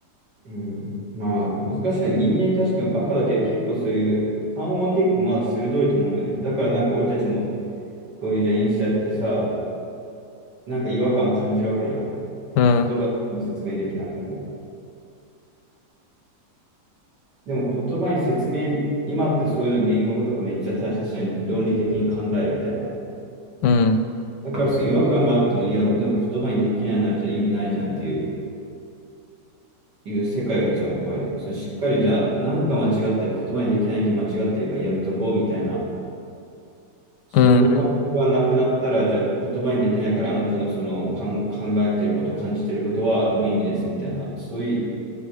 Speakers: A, on the right (about 85°); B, on the left (about 85°).
A: うん、まあ、難しいね。人間確かにバカだけど、結構そういう、勘は結構まだ鋭いと思うんだよね。だからなんか俺たちも、こういうじゃあインスタやってさ、なんか違和感感じるわけじゃん。
B: うん、
A: 言葉に説明できなくても。でも言葉に説明、今ってそういうの言語化とかめっちゃ大切じゃん。論理的に考えるみたいな。
B: うん、
A: だからそう違和感があっても、いや、でも言葉にできないならじゃあ意味ないじゃんっていう、いう世界が一番怖いね。そのしっかりじゃあ、なんか間違ってる、言葉にできないけど間違ってるがやめとこうみたいな。その感覚がなくなったら、
B: うん。だ
A: じゃあ言葉にできないからあなたのそのかん考えていること、感じていることは無意味ですみたいな、そういう